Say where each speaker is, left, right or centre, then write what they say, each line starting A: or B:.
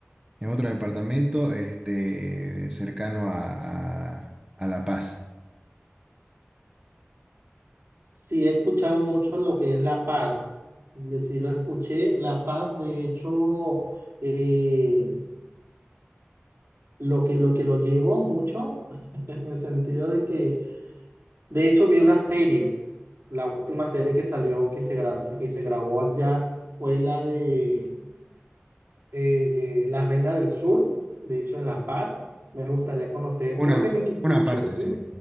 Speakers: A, on the right (about 20°); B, on the right (about 60°).
A: En otro departamento, este, cercano a, a- a La Paz.
B: Sí, he escuchado mucho lo que es La Paz, de- sí lo escuché, La Paz, de hecho, eh, lo que, lo que lo llevo mucho, <laughs> en el sentido de que... De hecho, vi una serie, la última serie que salió, que se, gra- que se grabó allá, fue la de eh, La Reina del Sur, de hecho en La Paz. Me gustaría conocer,
A: Una,
B: creo que en Machu
A: una
B: Picchu,
A: parte,
B: ¿sí?
A: sí.